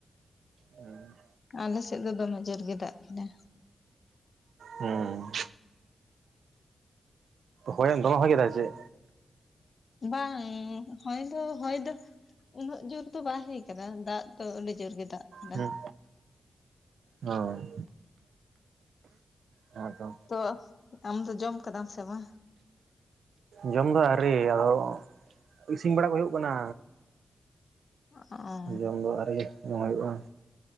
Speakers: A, on the right; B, on the left.
A: ᱟᱺ᱾
B: ᱟᱞᱮ ᱥᱮᱜ ᱫᱚ ᱫᱚᱢᱮ ᱡᱳᱨ ᱜᱮ ᱫᱟᱜ ᱠᱮᱫᱟ᱾
A: ᱩᱸ ᱦᱚᱭ ᱫᱚᱢᱮ ᱦᱚᱭ ᱠᱮᱫᱟ ᱥᱮ ᱪᱮᱜ?
B: ᱵᱟᱝ ᱦᱚᱭ ᱫᱚ, ᱦᱚᱭ ᱫᱚ ᱩᱱᱟᱹᱜ ᱡᱳᱨ ᱫᱚ ᱵᱟᱭ ᱦᱚᱭ ᱠᱟᱫᱟ᱾ ᱫᱟᱜ ᱫᱚ, ᱟᱹᱰᱤ ᱡᱳᱨ ᱜᱮ ᱫᱟᱜ ᱟᱠᱟᱫᱟ
A: ᱦᱩᱸ, ᱚ᱾ ᱟᱫᱚ
B: ᱛᱚ ᱟᱢ ᱫᱚ ᱡᱚᱢ ᱠᱟᱫᱟᱢ ᱥᱮ ᱵᱟ?
A: ᱡᱚᱢ ᱫᱚ ᱟᱣᱨᱤ ᱟᱫᱚ ᱤᱥᱤᱝ ᱵᱟᱲᱟ ᱠᱚ ᱦᱩᱭᱩᱜ ᱠᱟᱱᱟ᱾
B: ᱚᱸ᱾
A: ᱡᱚᱢ ᱫᱚ ᱟᱣᱨᱤ ᱡᱚᱢ ᱦᱩᱭᱩᱜᱼᱟ᱾